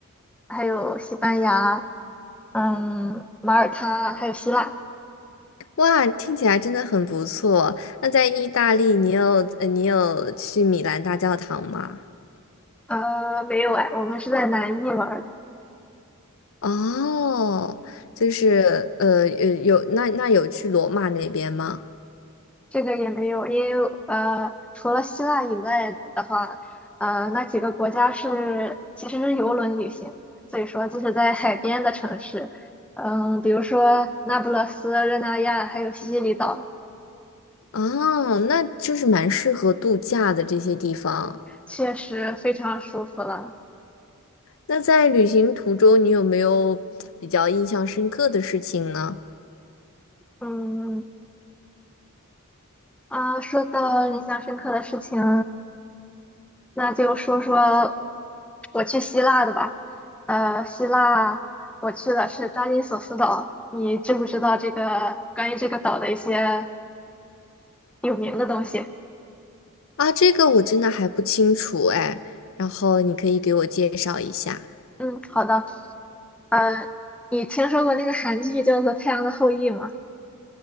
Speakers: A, in the centre; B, on the left.
A: 还有西班牙，嗯，马耳他，还有希腊。
B: 哇，听起来真的很不错。那在意大利，你有呃，你有去米兰大教堂吗？
A: 呃，没有哎，我们是在南意玩儿的。
B: 哦，就是呃，有有那那有去罗马那边吗？
A: 这个也没有，因为呃，除了希腊以外的话，呃，那几个国家是其实是游轮旅行，所以说就是在海边的城市，嗯，比如说那不勒斯、热那亚还有西西里岛，
B: 哦，那就是蛮适合度假的这些地方。
A: 确实非常舒服了。
B: 那在旅行途中，你有没有比较印象深刻的事情呢？
A: 嗯啊，说到印象深刻的事情，那就说说我去希腊的吧。呃，希腊我去的是扎金索斯岛，你知不知道这个关于这个岛的一些有名的东西？
B: 啊，这个我真的还不清楚哎，然后你可以给我介绍一下。
A: 嗯，好的。呃，你听说过那个韩剧叫做《太阳的后裔》吗？